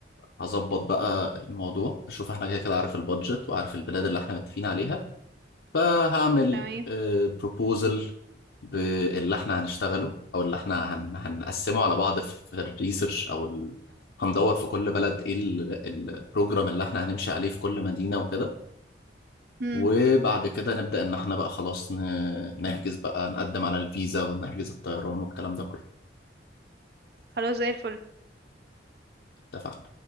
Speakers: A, on the left; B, on the right.
A: هظبط بقى الموضوع أشوف احنا كده كده عارف البادجت وعارف البلاد اللي احنا متفقين عليها فهعمل
B: تمام
A: بروبوزل باللي احنا هنشتغله أو اللي احنا هن... هنقسمه على بعض في في الريسيرش أو ال... هندور في كل بلد ايه البروجرام اللي احنا هنمشي عليه في كل مدينة وكده
B: امم
A: وبعد كده نبدأ إن إحنا بقى خلاص ن- نحجز بقى نقدم على الفيزا ونحجز الطيران والكلام ده كله
B: خلاص زي الفل
A: اتفقنا